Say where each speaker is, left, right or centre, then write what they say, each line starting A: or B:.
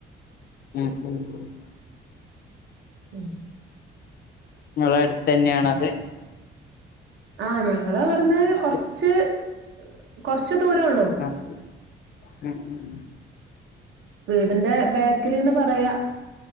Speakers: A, on the left; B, on the right.
A: ഉം ഉ <unintelligible>
B: ഉം
A: നിങ്ങള അടുത്ത് തന്നെയാണത്
B: ആഹ് ഞാ ഞങ്ങളവിടുന്ന്
A: നിങ്ങളെ
B: കൊറച്ച്
A: അടുത്ത്
B: കുറച്ച് കൊറച്ച ദൂര ഉള്ളോ
A: ആഹ് ഉം ഉം
B: വീടിന്റെ ബാക്കില്ന്ന് പറയാ